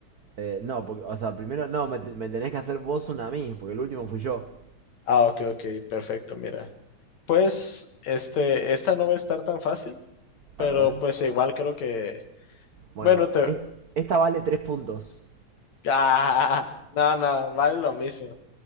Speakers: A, on the right; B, on the left.
A: Eh, no, porque, o sea, primero, no, me, te- me tenés que hacer vos una a mí, porque el último fui yo.
B: Ah, ok, ok, perfecto, mira. Pues este, esta no va a estar tan fácil, pero
A: A ver.
B: pues igual creo que,
A: Bueno,
B: bueno, te...
A: es- esta vale tres puntos.
B: <laughs> Ah, no, no, vale lo mismo.